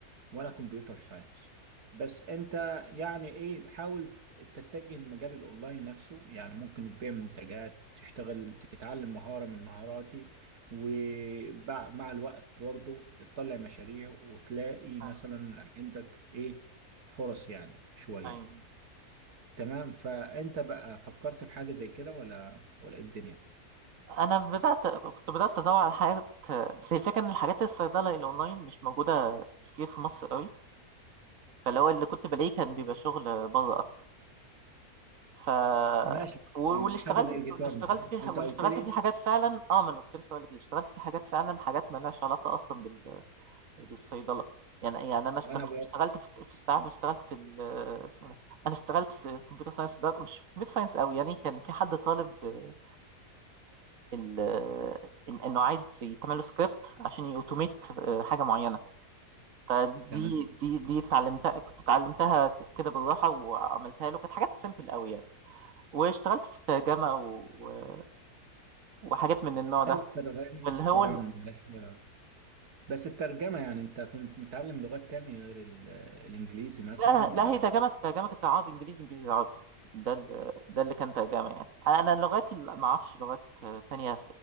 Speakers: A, on the right (about 75°); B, on the right (about 60°).
A: وانا كمبيوتر ساينس بس انت يعني ايه حاول تتجه لمجال الاونلاين نفسه يعني ممكن تبيع منتجات تشتغل تتعلم مهارة من مهاراتي ومع الوقت برضو تطلع مشاريع وتلاقي مثلا
B: ايوه
A: عندك ايه فرص يعني شوية
B: ايوه
A: تمام فانت بقى فكرت في حاجة زي كده ولا ولا ايه الدنيا
B: انا بدات كنت بدات ادور على حاجات بس هي الفكره ان الحاجات الصيدله الاونلاين مش موجوده كتير في مصر قوي فاللي هو اللي كنت بلاقيه كان بيبقى شغل بره اكتر ف
A: ماشي
B: و- واللي اشتغلت
A: حاجة زي
B: فيه
A: الجيتار
B: واللي اشتغلت
A: مثلا
B: فيه
A: انت
B: واللي
A: قلت
B: اشتغلت
A: لي
B: فيه حاجات فعلا اه ما انا كنت لسه هقول لك اللي اشتغلت فيه حاجات فعلا حاجات ما لهاش علاقه اصلا بال... بالصيدله يعني يعني انا
A: طب
B: اشتغلت
A: انا بقى
B: اشتغلت في في تعرف اشتغلت في ال... اسمه إيه ده انا اشتغلت في كمبيوتر ساينس بدرجه مش كمبيوتر ساينس قوي يعني كان في حد طالب آه، ال... آه، إن... انه عايز يتعمل له سكريبت عشان يوتوميت آه، حاجه معينه فدي
A: تمام
B: دي دي اتعلمتها كنت اتعلمتها ك- كده بالراحه وعملتها له كانت حاجات سيمبل قوي يعني واشتغلت في الترجمة و... وحاجات من النوع ده
A: ايوه الترجمة
B: اللي هو
A: طبعا
B: الم...
A: لا خير بس الترجمة يعني انت كنت متعلم لغات تانية غير ال- الانجليزي مثلا
B: تمام لا لا
A: ولا
B: هي
A: اي
B: ترجمة ترجمة كانت عربي إنجليزي إنجليزي عربي ده ال... ده اللي كان ترجمة يعني أنا أنا اللغات اللي ما أعرفش لغات تانية